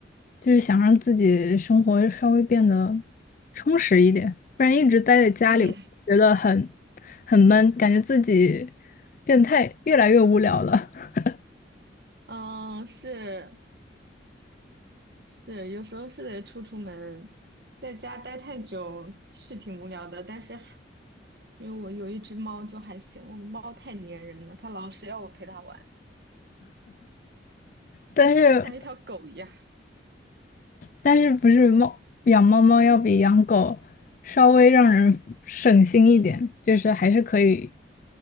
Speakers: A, on the left (about 45°); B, on the right (about 60°).
A: 就是想让自己生活稍微变得充实一点，不然一直待在家里，
B: 嗯 <laughs>
A: 觉得很很闷，感觉自己变态，越来越无聊了。<laughs>
B: 嗯，呃是是，有时候是得出出门，在家待太久是挺无聊的，但是还因为我有一只猫就还行，我的猫太粘人了，它老是要我陪它玩。
A: 但是
B: 它像一条狗一样。
A: 但是不是猫养猫猫要比养狗稍微让人省心一点，就是还是可以，